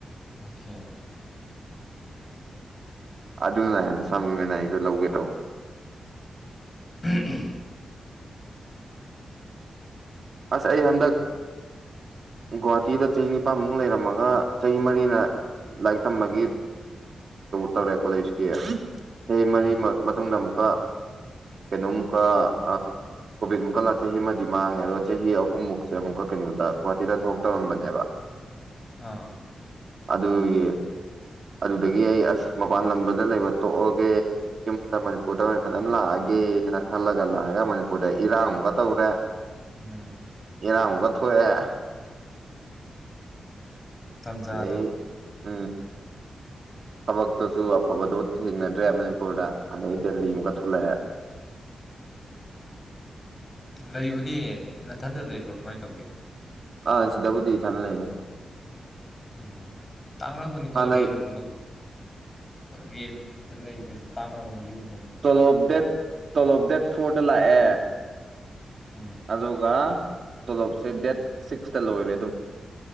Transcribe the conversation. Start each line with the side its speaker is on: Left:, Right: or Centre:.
Left: ꯁꯣ
Right: ꯑꯗꯨꯅ ꯍꯟ ꯁꯝꯃꯤꯅ ꯑꯩꯗꯣ ꯂꯧꯒꯦ ꯇꯧꯕ
Left: ꯎꯝ
Right: ꯑꯁ ꯑꯩ ꯍꯟꯗꯛ ꯒꯨꯍꯥꯇꯤꯗ ꯆꯍꯤ ꯅꯤꯄꯥꯜꯃꯨꯛ ꯂꯩꯔꯝꯃꯒ ꯆꯍꯤ ꯃꯔꯤꯅ ꯂꯥꯏꯔꯤꯛ ꯇꯝꯕꯒꯤ ꯇꯧꯔꯦ ꯀꯣꯂꯦꯖꯀꯤ ꯆꯍꯤ ꯃꯔꯤ
Left: ꯎꯝ
Right: ꯃꯇꯨꯡꯗ ꯑꯃꯨꯛꯀ ꯀꯩꯅꯣꯃꯨꯛꯀ ꯑ ꯀꯣꯕꯤꯃꯨꯛꯀ ꯆꯍꯤ ꯑꯃꯗꯤ ꯃꯥꯡꯉꯦ ꯑꯗ ꯆꯍꯤ ꯑꯍꯨꯝꯃꯨꯛꯁꯦ ꯑꯃꯨꯛꯀ ꯀꯩꯅꯣꯗ ꯒꯨꯍꯥꯇꯤꯗ ꯊꯕꯛ ꯇꯧꯔꯝꯕꯅꯦꯕ
Left: ꯑꯥ
Right: ꯑꯗꯨꯗ ꯑꯗꯨꯗꯒꯤ ꯑꯩ ꯑꯁ ꯃꯄꯥꯟ ꯂꯝꯕꯗ ꯂꯩꯕ ꯇꯣꯛꯑꯒꯦ ꯌꯨꯝꯗ ꯃꯅꯤꯄꯨꯔꯗ ꯍ ꯐꯖꯅ ꯂꯥꯛꯑꯒꯦꯅ ꯈꯜꯂꯒ ꯂꯥꯛꯑꯒ ꯃꯅꯤꯄꯨꯔꯗ ꯏꯔꯥꯡ ꯑꯃꯒ ꯇꯧꯔꯦ
Left: ꯎꯝ
Right: ꯏꯔꯥꯡꯃꯨꯛꯒ ꯊꯣꯛꯑꯦ
Left: ꯇꯥꯟꯖꯥꯗꯣ
Right: ꯑꯗ ꯎꯝ ꯊꯕꯛꯇꯨꯁꯨ ꯑꯐꯕꯗꯣ ꯊꯦꯡꯅꯗ꯭ꯔꯦ ꯃꯅꯤꯄꯨꯔꯗ ꯑꯗꯩ ꯗꯦꯜꯂꯤ ꯑꯃꯨꯛꯀ ꯊꯂꯛꯑꯦꯕ
Left: ꯂꯩꯕꯨꯗꯤ ꯅꯊꯟꯗ ꯂꯩꯕ꯭ꯔꯣꯥ ꯀꯃꯥꯏꯅ ꯇꯧꯒꯦ
Right: ꯑꯥ ꯁꯤꯤꯗꯥꯕꯨꯗꯤ ꯊꯅ ꯂꯩꯦ
Left: ꯎꯝ ꯇꯥꯡꯔꯛꯕꯅꯤꯀꯣ
Right: ꯍꯥꯟꯅꯩ
Left: ꯔꯦꯟꯒꯨꯝꯕ ꯔꯦꯟꯗ ꯂꯩꯕꯁꯦ ꯇꯥꯡꯅꯕ ꯌꯨꯝ
Right: ꯇꯣꯂꯣꯞꯗꯦꯠ ꯇꯣꯂꯣꯞ ꯗꯦꯠ ꯐꯣꯔꯗ ꯂꯥꯛꯑꯦ
Left: ꯎꯝ
Right: ꯑꯒ ꯂꯁꯦ ꯗꯦꯠ ꯁꯤꯛꯁꯇ ꯂꯣꯏꯔꯦ ꯑꯗꯨꯝ